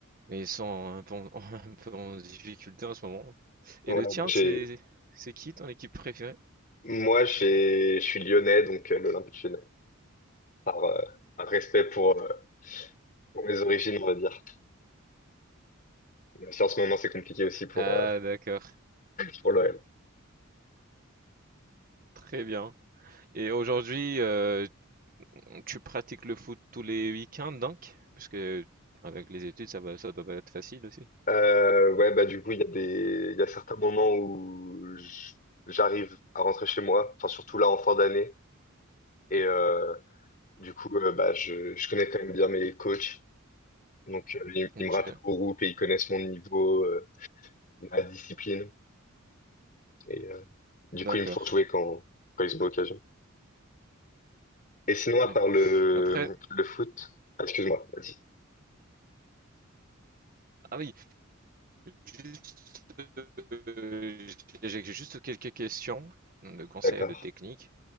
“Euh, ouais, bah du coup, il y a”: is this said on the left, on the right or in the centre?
Left